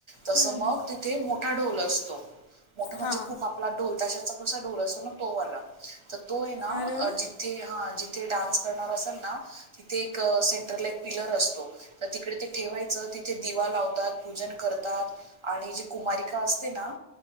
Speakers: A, on the right; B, on the left.
A: तसं
B: हं,
A: मग
B: हं.
A: तिथे, मोठा ढोल असतो, मोठा म्हणजे
B: हां
A: खूप आ पला ढोल ताशाचा कसा ढोल असतो ना, तो वाला, तर तो ये ना,
B: अरे वा
A: जी थे, हां जिथे डान्स करणार असल ना, तिथे एक सेंटर ला, एक पिलर असतो. तर तिकडे ते ठेवायचं तिथे दिवा लावतात पूजन करतात. आणि जी कुमारिका असते ना